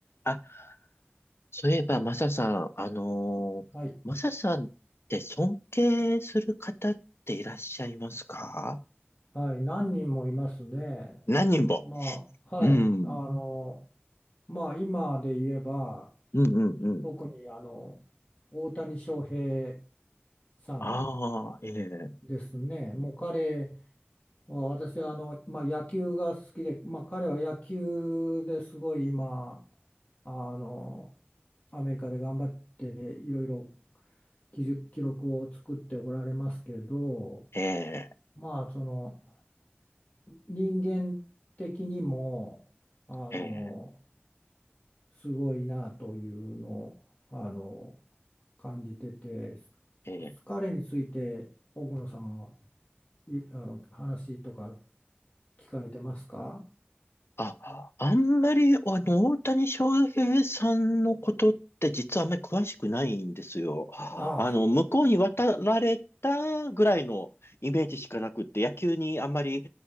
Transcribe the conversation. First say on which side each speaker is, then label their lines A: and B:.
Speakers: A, on the left; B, on the left.
A: あ、そういえば、マサさん、あのーマサさんって尊敬する方っていらっしゃいますか
B: はい、はい、何人もいますね。
A: 何人も。
B: まあ、はい、
A: うん。
B: あの、まあ、今で言えば、
A: うんうんうん。
B: 特にあの、大谷翔平さん
A: ああ、ええ、
B: ですね。もう彼は、私はあの、まあ、野球が好きで、まあ、彼は野球ですごい今、あの、アメリカで頑張っていろいろ記録記録を作っておられますけど、
A: ええ、
B: まあ、その、人間的にもあの
A: ええ、
B: すごいなというのをあの感じてて
A: ええ
B: 彼について奥野さんはいあの話とか聞かれてますか
A: あ、あんまり、あの、大谷翔平さんのことって実はあんまり詳しくないんですよ。あの、
B: あ
A: 向こうに渡られたぐらいのイメージしかなくって、野球にあんまり